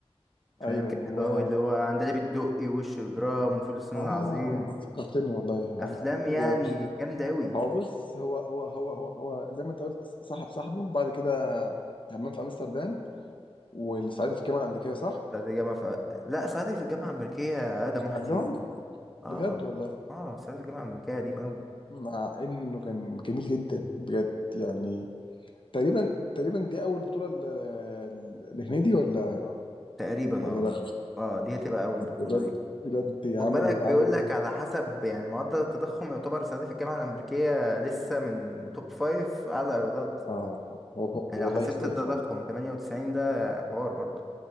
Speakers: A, in the centre; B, on the left (about 50°).
A: فاهم
B: ايوه
A: كانت
B: و
A: حلوه قوي اللي هو عندليب الدقي وش اجرام وفول الصين
B: اه
A: العظيم
B: فكرتني والله عن
A: افلام يعني
B: و...
A: جامده قوي
B: هو بص هو هو هو هو هو زي ما انت قلت صاحب صاحبه وبعد كده همام في امستردام والصعيدي في الجامعه الامريكيه صح؟
A: صعيدي في الجامعه ف... لا صعيدي في الجامعه الامريكيه اقدم واحد
B: قبلهم
A: فيهم اه
B: بجد والله
A: اه صعيدي في الجامعه الامريكيه قديم قوي
B: مع انه كان جميل جدا بجد يعني تقريبا تقريبا دي اول بطوله ل- ل- لهنيدي ولا
A: تقريبا
B: ولا
A: اه
B: لا
A: اه دي هتبقى اول بطوله
B: بجد
A: ليه
B: بجد عملوا
A: خد بالك بيقول
B: عملوا
A: لك على حسب يعني معدل التضخم يعتبر صعيدي في الجامعه الامريكيه لسه من توب فايف اعلى ايرادات
B: اه هو هو
A: يعني
B: والله
A: لو حسبت
B: يستاهل
A: التضخم
B: فعلا
A: 98 ده حوار برضو